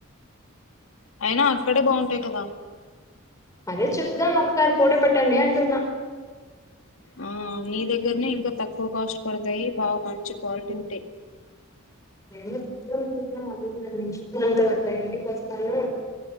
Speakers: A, on the left; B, on the left.
A: అయినా అక్కడే బాగుంటాయ్ కదా
B: అదే చూద్దాం ఒక్సారి పోటో పెట్టండి అంటున్నా
A: ఆ నీ దగ్గర్నే ఇంకా తక్కువ కాస్ట్ పడతాయ్ బా మంచి క్వాలిటీ ఉంటయ్
B: మేము చూద్దాం చూద్దామ్ <inaudible> అట్లా ఇంటికొస్తాను